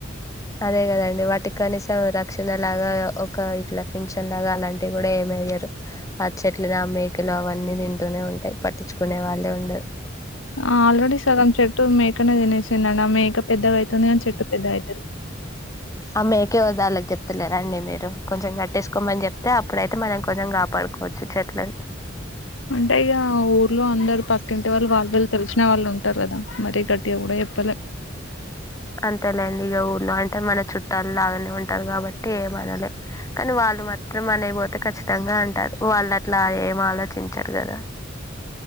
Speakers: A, on the left (about 15°); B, on the left (about 90°).
A: అదే కదండి వాటికనీస రక్షణ లాగా ఒక ఇట్లా ఫింషన్ లాగా అలాంటివి కూడా ఏమయ్యారు ఆ చెట్లు మేకలు అవన్నీ తింటూనే ఉంటాయి పట్టించుకునే వాళ్ళే ఉండరు
B: ఆ ఆల్రెడీ సగం చెట్టు మేకనే తినేసిందండీ ఆ మే పెద్దగావుతుంది చెట్టు పెద్ద అయితది
A: అమ్మ ఏకేవదలోకి చెప్తలేరండి మీరు కొంచెం కట్టేసుకోమని చెప్తే అప్పుడైతే మనం కొంచెం కాపాడుకోవచ్చు చెట్లని
B: అంటే ఇగ ఊర్లో అందరు పక్కింటి వాళ్ళు వాళ్ళళ్ళు తెలిసిన వాళ్ళు ఉంటారు కదా మరి గట్టిగా కూడా ఎప్పలే
A: అంతేలేండి ఇగ ఊర్లో అంటే మన చుట్టాలు లాగానే ఉంటారు కాబట్టి ఏమనలే కానీ వాళ్ళు మాత్రం అనైపోతు అయితే ఖచ్చితంగా అంటారు వాళ్ళు అట్లా ఏం ఆలోచించరు కదా